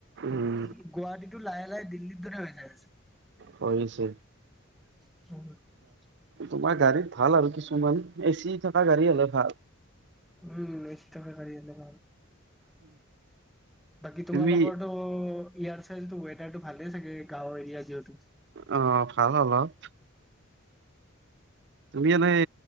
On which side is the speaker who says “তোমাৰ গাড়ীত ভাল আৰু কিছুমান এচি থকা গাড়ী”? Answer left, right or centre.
Right